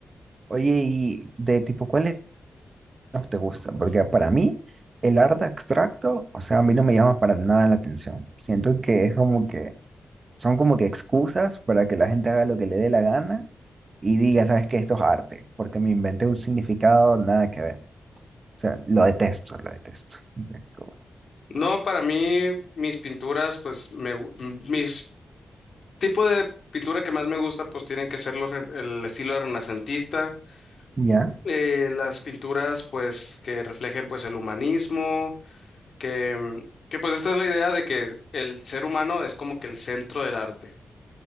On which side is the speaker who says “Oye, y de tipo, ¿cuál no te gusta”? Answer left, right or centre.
Right